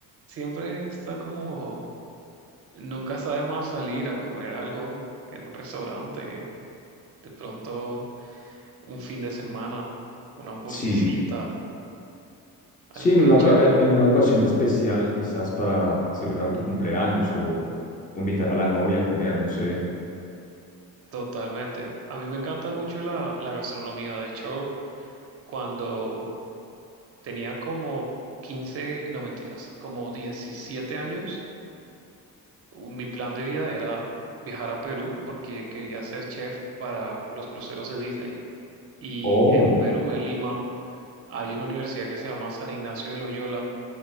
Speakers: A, on the right (about 40°); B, on the left (about 20°).
A: siempre está como, nunca sabe más salir a comer algo en un restaurante. De pronto, un fin de semana, una hamburguesita,
B: Sí,
A: algo
B: sí, en
A: bien
B: una, oca-
A: chévere.
B: eh, en una ocasión especial quizás para celebrar tu cumpleaños o o invitar a la novia a comer, no sé.
A: Totalmente. A mí me encanta mucho la, la gastronomía. De hecho, cuando tenía como 15, no mentiras, como 17 años, u- mi plan de vida era viajar a Perú porque quería ser chef para los cruceros de Disney. Y
B: Oh,
A: en Perú, en Lima, hay una universidad que se llama San Ignacio de Loyola